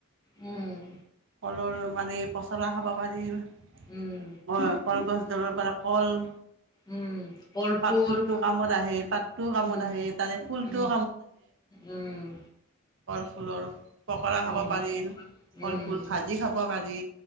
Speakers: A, on the left (about 20°); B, on the right (about 60°).
A: উম।
B: কলৰ মানে পচলা খাব পাৰিল অ
A: উম
B: কলগছ তাৰ পৰা কল-'
A: উম কলফুল
B: পাতটোতো কামত আহে পাতটোও কামত
A: উ
B: আহে তাৰে ফুলটোও
A: উ উম
B: কলফুলৰ পকৰা
A: উম
B: খাব পাৰি কলফুল
A: উম
B: ভাজি খাব পাৰি।